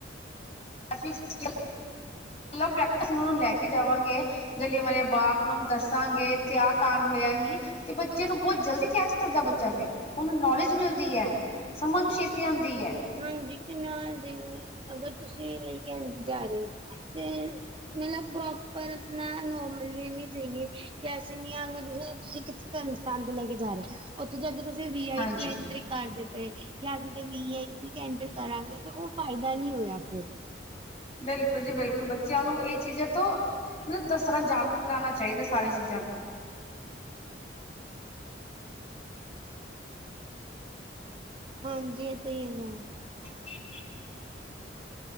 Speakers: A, on the left; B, on the right.
A: ਅਸੀਂ ਸਟਿਲ ਪ੍ਰੈਕਟਿਸ ਉਹਨਾਂ ਨੂੰ ਲੈ ਕੇ ਜਾਵਾਂਗੇ। ਜਲ੍ਹਿਆਂ ਵਾਲੇ ਬਾਗ ਉਹਨਾਂ ਨੂੰ ਦੱਸਾਂਗੇ, ਇੱਥੇ ਆਹ ਕਾਂਡ ਹੋਇਆ ਸੀ। ਤੇ ਬੱਚੇ ਨੂੰ ਬਹੁਤ ਜਲਦੀ ਕੈਚ ਕਰਦਾ ਬੱਚਾ, ਫਿਰ ਉਹਨੂੰ ਨੌਲੇਜ ਮਿਲਦੀ ਐ। ਸਮਝ ਛੇਤੀ ਆਂਦੀ ਐ।
B: ਹਾਂਜੀ ਤੇ ਨਾਲ ਦੇ ਅਗਰ ਤੁਸੀਂ ਲੇ ਕੇ ਜਾ ਰਹੇ ਹੋ। ਤੇ ਮਤਲਬ ਪ੍ਰੋਪਰ ਆਪਣਾ ਨੋਰਮਲ ਵੇਅ ਮੇ ਜਾਈਏ। ਕੈਸੇ ਨੀ ਆਂ, ਤੁਸੀਂ ਕਿੱਥੇ ਧਰਮ ਸਥਾਨ ਤੇ ਲੈ ਕੇ ਜਾ ਰਹੇ ਤੀ, ਉੱਥੇ ਜਾ ਕੇ ਤਾਂ ਤੁਸੀਂ ਉਥੇ ਵੀ ਆਈ
A: ਹਾਂਜੀ।
B: ਪੀ ਐਂਟਰੀ ਕਰਦੇ ਪਏ, ਜਾਂ ਫਿਰ ਵੀ ਆਈ ਪੀ ਠੀਕ ਐਂਟਰ ਕਰਾਂਗੇ, ਤੇ ਉਹ ਫਾਇਦਾ ਨੀ ਹੋਇਆ ਫੇਰ।
A: ਬਿਲਕੁਲ ਜੀ ਬਿਲਕੁਲ, ਬੱਚਿਆਂ ਨੂੰ ਇਹ ਚੀਜ਼ਾਂ ਤੋਂ ਮਤਲਬ ਦੱਸਣਾ, ਜਾਗਰੂਕ ਕਰਾਣਾ ਚਾਹੀਦਾ ਸਾਰੀਆਂ ਚੀਜ਼ਾਂ ਤੋਂ।
B: ਹਾਂਜੀ, ਇਹ ਤੇ ਹੀ ਹੈਗਾ।
A: ਹਾਂਜੀ ਇੱਥੇ